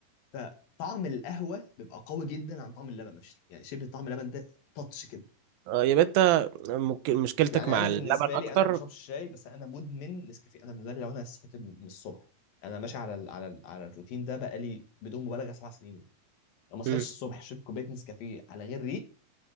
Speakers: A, on the left (about 75°); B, on the right (about 80°).
A: فطعم القهوه بيبقى قوي جدا عن طعم اللبن مفيش يعني شبه طعم اللبن ده تاتش كده
B: اه يبقى انت ممكن مشكلتك
A: يعني
B: مع
A: انا
B: اللبن
A: بالنسبه
B: اكتر
A: لي انا ما بشربش شاي بس انا مدمن نسكافيه انا بالنسبه لي لو انا صحيت من الصبح انا ماشي على ال على ال على الروتين ده بقالي بدون مبالغه سبع سنين لو ما صحيتش
B: امم
A: الصبح شربت كوبايه نسكافيه على غير ريق